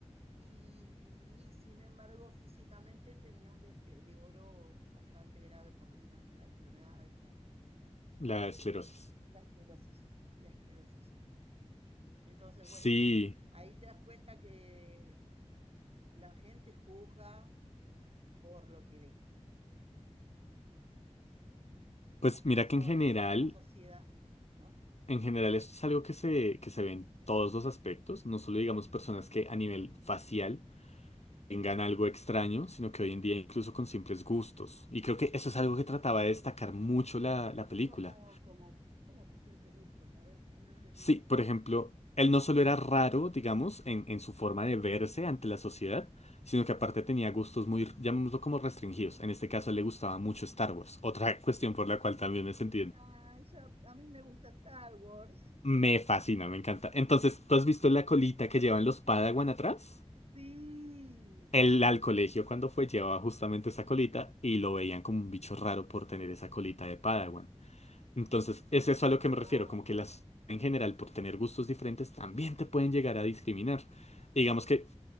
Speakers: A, on the right (about 55°); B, on the left (about 65°).
A: y sin embargo físicamente tenía un deterioro bastante grave por una- la enfermedad esta,
B: La esclerosis.
A: la esclerosis, la esclerosis, sí. Entonces,
B: Sí.
A: bueno, ahí te das cuenta que la gente juzga por lo que ve,
B: Pues
A: las personas,
B: mira que en general,
A: la sociedad, ¿no?
B: en general esto es algo que se, que se ve en todos los aspectos. No solo digamos personas que a nivel facial tengan algo extraño, sino que hoy en día incluso con simples gustos. Y creo que
A: Sí,
B: eso es algo que trataba de destacar mucho la, la película.
A: como, como, como por simples gustos, a ver, no entendí
B: Sí,
A: esa parte.
B: por ejemplo, él no solo era raro, digamos, en, en su forma de verse ante la sociedad, sino que aparte tenía gustos muy, llamémoslo como restringidos. En este caso, le gustaba mucho Star Wars, otra <laughs> cuestión por la cual también me sentí.
A: Ay, ya, a mí me gusta Star Wars.
B: Me fascina, me encanta. Entonces, ¿tú has visto la colita que llevan los Padawan atrás?
A: Sí,
B: Él al colegio cuando fue llevaba justamente esa colita y lo veían como un bicho raro por tener esa colita de Padawan. Entonces, es eso a lo que me
A: wow,
B: refiero, como que las en general, por tener gustos diferentes, también te pueden llegar a discriminar. Y digamos que